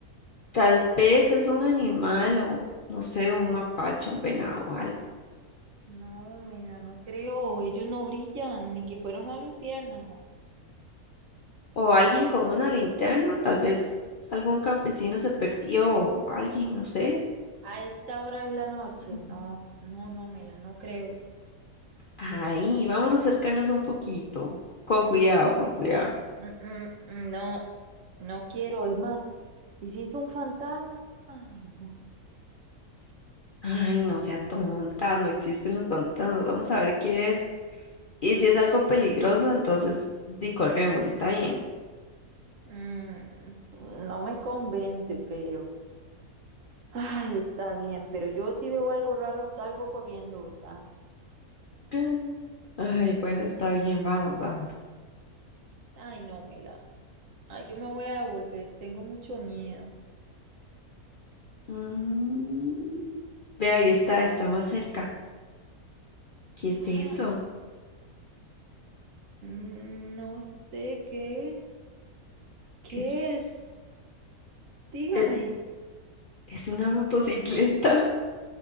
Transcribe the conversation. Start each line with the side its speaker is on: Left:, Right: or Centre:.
Left: Tal vez es un animal o, no sé, un mapache, un venado o algo.
Right: No, Mela, no creo, ellos no brillan, ni que fuera una luciérnaga.
Left: O alguien con una linterna, tal vez algún campesino se perdió o alguien, no sé.
Right: A esta hora de la noche,
Left: Mm.
Right: no, no, no, Mela, no creo.
Left: Ay, vamos a acercarnos un poquito. Con cuidado, con cuidado.
Right: Mm, mm, mm, no, no quiero, es más. ¿Y si es un fantasma? Ay, no.
Left: Ay, no sea tonta, no existen los pantanos. Vamos a ver qué es. Y si es algo peligroso, entonces di corremos, está bien.
Right: Mm, no me convence, pero. Ay, está bien, pero yo si veo algo raro salgo corriendo, ¿verdad?
Left: <laughs> Ay, bueno, está bien, vamos, vamos.
Right: Ay, no, Mela. Ay, yo me voy a devolver, tengo mucho miedo.
Left: Mm, ve, ahí está, está más cerca. ¿Qué es
Right: Ay,
Left: eso?
Right: s- mm, no sé qué es. ¿Qué
Left: Es,
Right: es? Dígame,
Left: e- es una motocicleta.